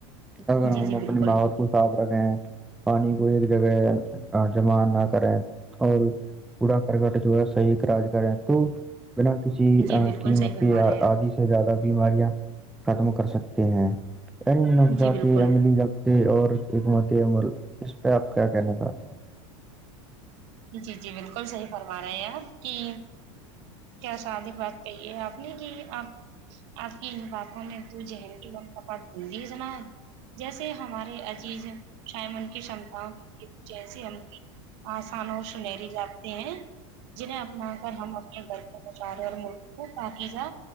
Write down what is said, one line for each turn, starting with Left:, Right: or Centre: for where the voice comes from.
Centre: اگر ہم
Right: جی جی
Centre: اپنی
Right: بالکل
Centre: بہت کو صاف رکھیں پانی کو ایک جگہ جمع نہ کریں اور کوڑا کرکٹ جو ہے صحیحاج کر ہے تو بنا کسی
Right: جی بالکل
Centre: قیمت
Right: صحیح فرما
Centre: کے
Right: رہے ہیں
Centre: آدی سے زیادہ بیماریاں ختم کر سکتے ہیں ان
Right: آپ
Centre: نوجات
Right: جی بالکل
Centre: عملی اور حکمت عمل اس پہ آپ کیا کہنا چاہتے ہیں
Right: جی جی بالکل صحیح فرما رہے ہیں آپ کی کیا سادق بات کہی ہے آپ نے کہ آپ آپ کی ان پاپوں نے تو جہل کی بند کپا بجے جناب جیسے ہمارے عزیز شاہ ان کی شمتاؤں کے لیے کچھ ایسی ہم آسان اور سنہری جاتے ہیں جنہیں اپنا کر ہم گھر کے بیپار اور ملک کو پاکیزہ